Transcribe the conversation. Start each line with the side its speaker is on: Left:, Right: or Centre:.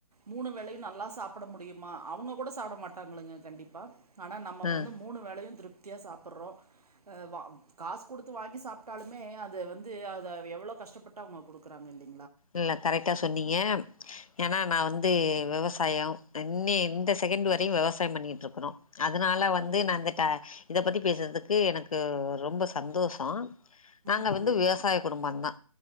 Right: மூணு வேலையு நல்லா சாப்ட முடியுமா அவுங்க கூட சாப்ட மாட் டாங்குலுங்க கண்டிப்பா ஆனா நம்ம
Left: ம்
Right: வந்து மூணு வேலையு திருப் த்தியா சாப்புர்றோ அ வ காஸ் குடுத்து வாங்கி சாப்ட்டாலுமே அத வந்து அத எவ்ளோ கஷ்டப்பட்டு அவுங்க குடுக்குறாங்க இல்
Left: இல்ல கரெக்டா சொன்னிங்க ஏன்னா நா வந்து விவசாயொ இன்னி‌ இந்த செகண்ட் வரையு விவசாயம் பண்ணிட்ருக்குறோ அதனால
Right: ஒவ்வொரு
Left: வந்து
Right: ரொம்-
Left: நா இந்த ட இத பத்தி பேசுறதுக் க்கு எனக்கு ரொம்ப சந்தோஷொ நாங்க
Right: ம்
Left: வந்து விவசாய குடும்பொந்தா